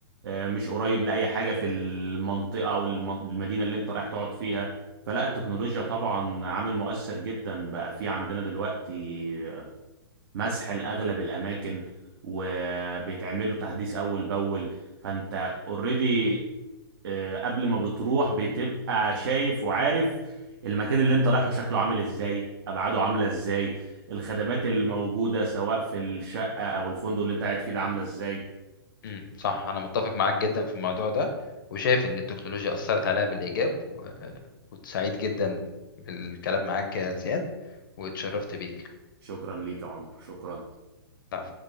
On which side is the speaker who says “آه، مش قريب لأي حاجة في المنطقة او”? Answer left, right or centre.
Right